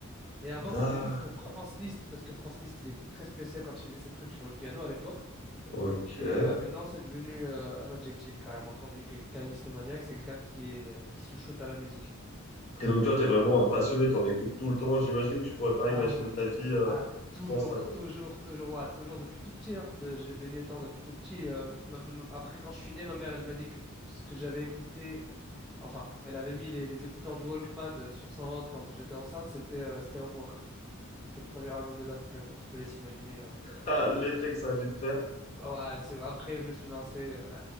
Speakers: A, in the centre; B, on the left (about 30°).
A: Et avant,
B: D'accord.
A: c'était juste pour Franz Liszt parce que Franz Liszt, il était très spécial quand il faisait ses trucs sur le piano à l'époque.
B: Ok.
A: Et
B: Et
A: euh, maintenant, c'est devenu euh, un adjectif carrément. Quand on dit que quelqu'un est listomaniaque, c'est quelqu'un qui est euh, qui se shoot à la musique.
B: donc toi, t'es vraiment un passionné, t'en écoutes tout le temps. J'imagine que tu pourrais pas imaginer
A: Ah oui,
B: ta vie euh,
A: ah, toujours,
B: sans ça, quoi.
A: toujours,
B: <laughs>
A: toujours, ouais, toujours depuis tout petit. hein. De- J'ai baigné dedans depuis tout petit. euh, m- m- après, quand je suis né, ma mère, elle m'a dit que ce que j'avais écouté, enfin, elle avait mis les, les écouteurs du Walkman euh, sur 120 quand j'étais enceinte, c'était euh, c'était Homework. C'était le premier album de Daft Punk, donc je te laisse imaginer. euh.
B: Ah, l'effet que ça a dû te faire.
A: Ouais, c'est après, je me suis lancé euh,